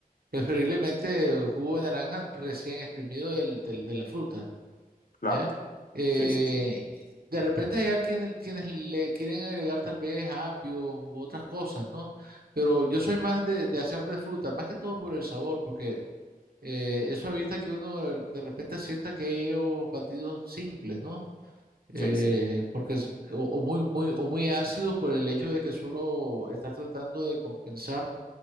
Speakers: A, on the right (about 80°); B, on the left (about 70°).
A: preferiblemente eh, jugo de naranja recién exprimido del, del- de la fruta, ¿ya?
B: claro.
A: Eh,
B: Sí, sí, sí.
A: de repente hay al- quien- quienes le quieren agregar tal vez apio u otras cosas, ¿no? Pero yo soy más de, de hacer de fruta, más que todo por el sabor, porque eh, eso evita que uno de de repente sienta que ellos batidos simples, ¿no? eh,
B: Sí, sí.
A: porque es, o, o muy, muy, o muy ácidos por el hecho de que solo estás tratando de compensar